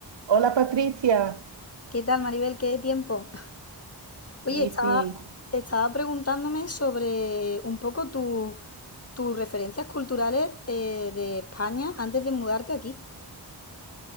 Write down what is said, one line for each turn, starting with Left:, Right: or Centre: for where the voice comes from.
Right: Hola Patricia,
Left: ¿Qué tal, Maribel? ¿Qué de tiempo? <laughs> Oye,
Right: sí
Left: estaba,
Right: sí,
Left: estaba preguntándome sobre un poco tu- tus referencias culturales eh, de España antes de mudarte aquí.